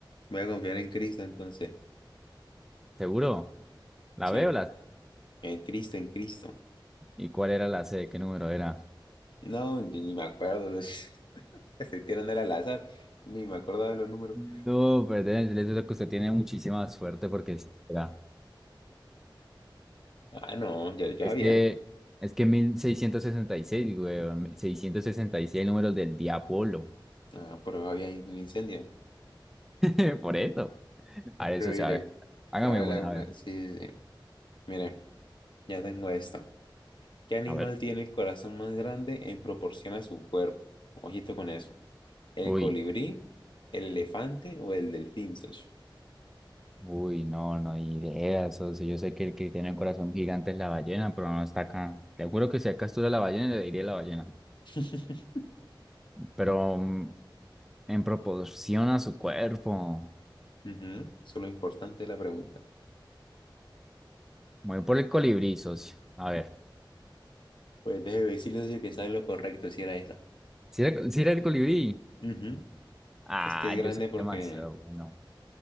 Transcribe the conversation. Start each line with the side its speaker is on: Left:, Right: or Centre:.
Left: voy a confiar en Cristo entonces,
Centre: ¿Seguro? ¿La
Left: sí.
Centre: veo la C?
Left: En Cristo, en Cristo.
Centre: ¿Y cuál era la C? ¿Qué número era?
Left: No, yo ni me acuerdo. <laughs> Estoy tirando al azar. Ni me acordaba de los números.
Centre: No, pues deben decirles que usted tiene muchísima suerte porque es espera,
Left: Ah, no, ya, ya
Centre: es
Left: había.
Centre: que es que 1666, güey, seiscientos sesenta y seis números del diablo.
Left: Ah, pero había ahí un incendio.
Centre: <laughs> Por eso. A ver,
Left: Pero
Centre: eso,
Left: mire,
Centre: o sea, a ver, hágame
Left: ahora
Centre: una,
Left: le hago una.
Centre: a ver.
Left: Sí, sí, sí. Mire, ya tengo esta. ¿Qué animal
Centre: A ver.
Left: tiene el corazón más grande en proporción a su cuerpo? Ojito con eso. ¿El
Centre: Uy,
Left: colibrí, el elefante o el delfín, socio?
Centre: uy, no, no hay ideas. O sea, yo sé que el que tiene un corazón gigante es la ballena, pero no está acá. Te juro que si acá estuviera la ballena, le diría la ballena.
Left: <laughs> Ujú,
Centre: Pero mm, en proporción a su cuerpo.
Left: Eso es lo importante de la pregunta.
Centre: Voy por el colibrí, socio. A ver.
Left: Pues déjeme decirle, socio, que sabe lo correcto si era esa.
Centre: Si era, sí era el colibrí.
Left: Ujú.
Centre: Ah,
Left: Es que es grande
Centre: yo soy
Left: porque
Centre: demasiado bueno.